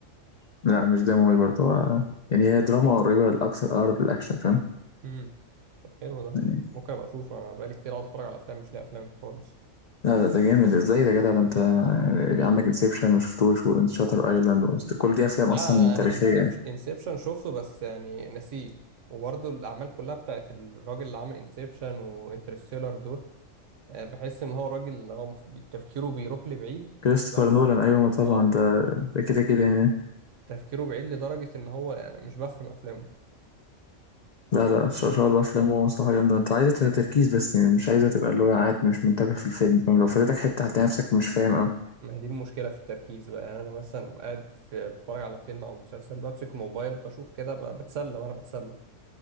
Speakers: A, on the left; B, on the right.
A: لا مش ده موي برضه هو- يعني هي دراما قريبة الأكتر أقرب للأكشن فاهم
B: امم طب حلو ده
A: يعني
B: ممكن ابقى اشوفه انا بقالي كتير قاعد اتفرج على افلام مش لاقي افلام خالص
A: لا لا ده جامد ازاي ده يا جدع ده انت عندك انسبشن وشفتوش وشاتر ايلاند كل دي افلام
B: لا
A: اصلا
B: انا انا
A: تاريخية
B: انسبشن
A: يعني
B: انسبشن شفته بس يعني نسيه وبرضه الاعمال كلها بتاعت الراجل اللي عامل انسبشن وانترستيلر دول آه، بحس ان هو راجل اللي هو مف- تفكيره بيروح لبعيد
A: كريستوفر
B: لدرجه
A: نولان ايوه ما طبعا
B: اه
A: ده ده كده كده يعني
B: تفكيره بعيد لدرجه ان هو يعني مش بفهم افلامه
A: لا لا ان شاء إن شاء الله افلامه صراحة جامدة ما انت عايزة تركيز بس يعني مش عايزة تبقى اللي هو قاعد مش منتبه في الفيلم فاهم لو فاتتك
B: دي
A: حتة هتلاقي نفسك مش فاهم اوي
B: ما هي دي المشكلة في التركيز بقى يعني أنا مثلا أبقى قاعد في بتفرج على فيلم أو مسلسل بمسك موبايل بشوف كده ب- بتسلى وأنا بتسلى